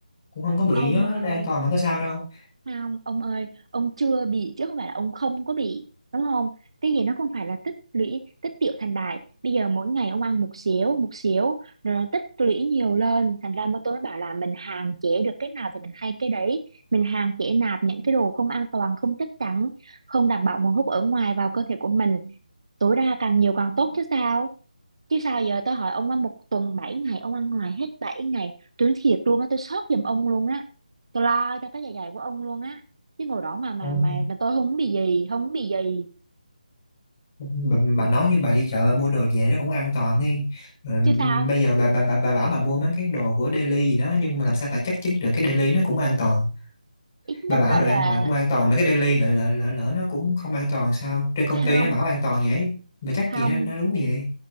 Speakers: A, on the left; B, on the right.
A: cũng không có bị
B: ông
A: nó
B: ơi
A: đang toàn mà có sao đâu
B: Không, ông ơi, ông chưa bị chứ không phải là ông không có bị, đúng không? Cái gì nó không phải là tích lũy, tích tiểu thành đại. Bây giờ mỗi ngày ông ăn một xíu, một xíu, rồi nó tích lũy nhiều lên. Thành ra mà tôi mới bảo là mình hạn chế được cái nào thì mình hay cái đấy. Mình hạn chế nạp những cái đồ không an toàn, không chắc chắn, không đảm bảo nguồn hút ở ngoài vào cơ thể của mình. Tối đa càng nhiều càng tốt chứ sao? Chứ sao giờ tôi hỏi ông ăn một tuần 7 ngày Ông ăn ngoài hết 7 ngày Tôi nói thiệt luôn á tôi sốt giùm ông luôn á Tôi lo cho cái dạ dày của ông luôn á Chứ ngồi đó mà mà
A: Ôi
B: mà mà tôi không bị gì Không bị gì
A: bà, bà nói như bà đi chợ bà mua đồ về nó cũng an toàn ấy rồi,
B: chứ sao
A: bây giờ bà, bà bà bà bảo bà mua mấy cái đồ của Daily gì đó nhưng mà làm sao bà chắc chắn được cái Daily nó cũng an toàn
B: Ít nhất
A: bà bảo
B: á
A: đồ
B: là
A: ăn ngoài cũng an toàn mấy cái Daily lỡ lỡ lỡ, lỡ nó cũng không an toàn sao trên công
B: Không
A: ty nó bảo an toàn vậy bà chắc
B: không
A: gì nó nó đúng vậy